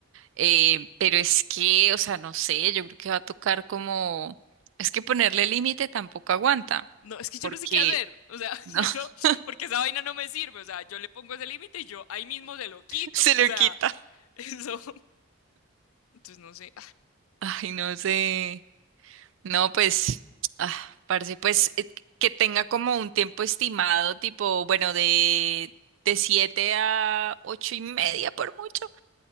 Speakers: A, on the right; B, on the left.
A: Eh, pero es que, o sea, no sé, yo creo que va a tocar como, es que ponerle límite tampoco aguanta
B: No, es que yo
A: porque
B: no sé qué hacer, o sea, <laughs>
A: no,
B: yo no,
A: <laughs>
B: porque esa vaina no me sirve, o sea, yo le pongo ese límite y yo ahí mismo se lo quito,
A: se
B: o
A: lo
B: sea,
A: quita.
B: <laughs> eso, entonces no sé.
A: Ay, no sé. No, pues, ah, parce, pues eh, que tenga como un tiempo estimado, tipo, bueno, de, de siete a ocho y media por mucho.